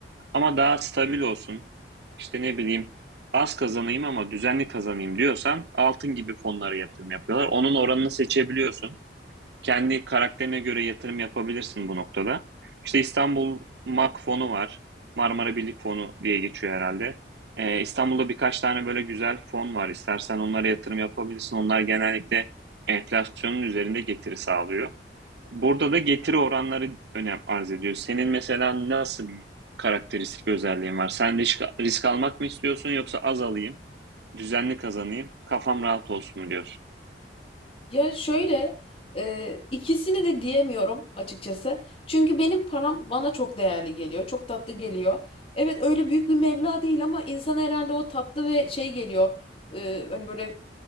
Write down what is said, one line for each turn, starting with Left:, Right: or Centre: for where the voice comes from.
Right: Ama daha stabil olsun, işte ne bileyim az kazanayım ama düzenli kazanayım diyorsan altın gibi fonlara yatırım yapıyorlar. Onun oranını seçebiliyorsun. Kendi karakterine göre yatırım yapabilirsin bu noktada. İşte İstanbul MAK fonu var. Marmara Birlik fonu diye geçiyor herhalde. Ee, İstanbul'da birkaç tane böyle güzel fon var. İstersen onlara yatırım yapabilirsin. Onlar genellikle enflasyonun üzerinde getiri sağlıyor. Burada da getiri oranları önem arz ediyor. Senin mesela nasıl bir karakteristik özelliğin var? Sen risk, risk almak mı istiyorsun yoksa az alayım, düzenli kazanayım, kafam rahat olsun mu diyorsun?
Left: Ya şöyle e, ikisini de diyemiyorum açıkçası. Çünkü benim param bana çok değerli geliyor. Çok tatlı geliyor. Evet öyle büyük bir meblağ değil ama insan herhalde o tatlı ve şey geliyor. e, hani böyle